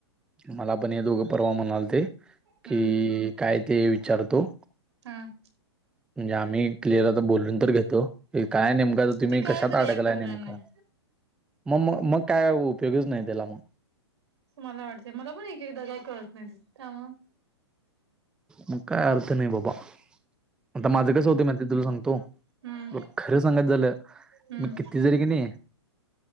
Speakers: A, in the centre; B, on the right.
A: मला पण हे दोघं परवा म्हणालते
B: हम्म
A: की काय ते विचारतो
B: हा.
A: म्हणजे आम्ही क्लिअर आता बोलून तर घेतो काय नेमकं तर तुम्ही
B: ती कायच
A: कशात अडकलाय
B: रिॲक्ट होणार
A: नेमकं
B: नाही
A: मग मग मग काय उपयोगच नाही त्याला मग
B: अस मला वाटतंय मला पण एक एकदा काही कळत नाही अस का मग त्यामुळं
A: मग काय अर्थ नाही बाबा आता माझं
B: हम्म
A: कस होतय माहिताय तुला सांगतो
B: हम्म
A: मग खरं सांगत झालं
B: हम्म
A: मी किती जरी की नाही